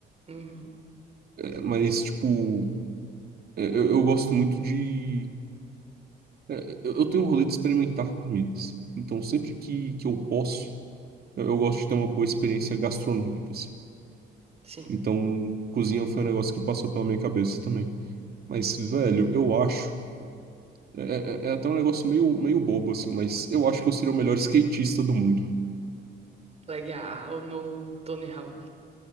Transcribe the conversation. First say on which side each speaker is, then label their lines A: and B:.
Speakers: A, on the right; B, on the right.
A: Ah, uhum,
B: É, mas, tipo, é, eu, eu gosto muito de. É, Eu eu tenho um rolê de experimentar comidas. Então, sempre que, que eu posso, eu, eu gosto de ter uma boa experiência gastronômica, assim.
A: sim.
B: Então, cozinha foi um negócio que passou pela minha cabeça também. Mas, velho, eu acho. É, é- é é até um negócio meio, meio bobo, assim, mas eu acho que eu seria o melhor skatista do mundo.
A: Legal, no Tony Hawk.